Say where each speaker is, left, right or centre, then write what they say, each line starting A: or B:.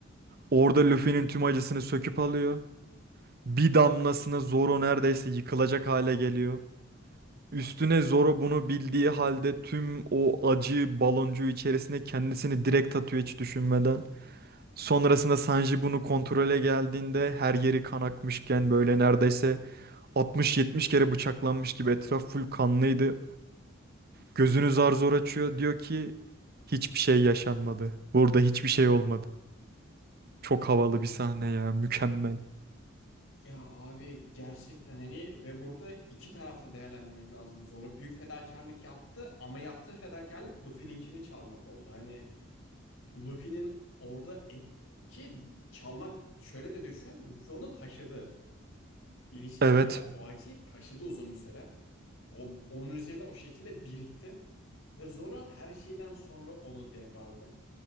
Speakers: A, on the right; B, on the left.
A: Orada Luffy'nin tüm acısını söküp alıyor. Bir damlasına Zoro neredeyse yıkılacak hale geliyor. Üstüne Zoro bunu bildiği halde tüm o acı baloncuğu içerisine kendisini direkt atıyor hiç düşünmeden. Sonrasında Sanji bunu kontrole geldiğinde her yeri kan akmışken böyle neredeyse 60-70 kere bıçaklanmış gibi etraf full kanlıydı. Gözünü zar zor açıyor diyor ki Hiçbir şey yaşanmadı. Burada hiçbir şey olmadı. Çok havalı bir sahne ya, mükemmel.
B: ya abi gerçekten hani ve burada iki tarafta değerlendirmek lazım. Zoro büyük fedakarlık yaptı ama yaptığı fedakarlık Luffy'ninkini çalmak oldu. Hani Luffy'nin orada et, ki çalmak şöyle de düşün Luffy onu taşıdı. Bilinçli bir
A: Evet,
B: şekilde o acıyı taşıdı uzun bir süre. O, onun üzerinde o şekilde birikti. Ve Zoro her şeyden sonra onu devraldı.